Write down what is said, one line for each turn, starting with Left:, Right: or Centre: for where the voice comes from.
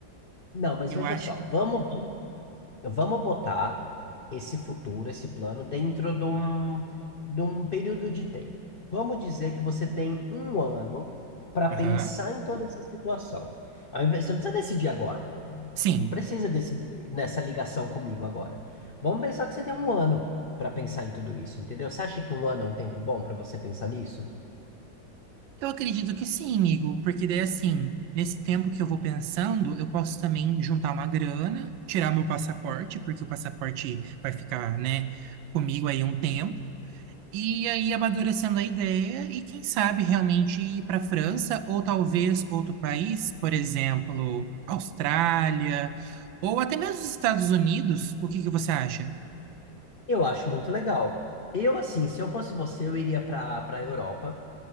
Left: não, mas
Right: eu
Left: veja
Right: acho
Left: só,
Right: que.
Left: vamos. Vamos botar esse futuro, esse plano, dentro de um, de um período de tempo. Vamos dizer que você tem um ano para
Right: Aham.
Left: pensar em toda essa situação. Ao invés- Você não precisa decidir agora.
Right: Sim.
Left: Não precisa decidir nessa ligação comigo agora. Vamos pensar que você tem um ano para pensar em tudo isso, entendeu? Você acha que um ano é um tempo bom para você pensar nisso?
Right: Eu acredito que sim, Igor, porque daí assim, nesse tempo que eu vou pensando, eu posso também juntar uma grana, tirar meu passaporte, porque o passaporte vai ficar, né, comigo aí um tempo, e aí amadurecendo a ideia e quem sabe realmente ir para a França ou talvez outro país, por exemplo, Austrália ou até mesmo os Estados Unidos. O que que você acha?
Left: Eu acho muito legal. Eu, assim, se eu fosse você, eu iria para para a Europa.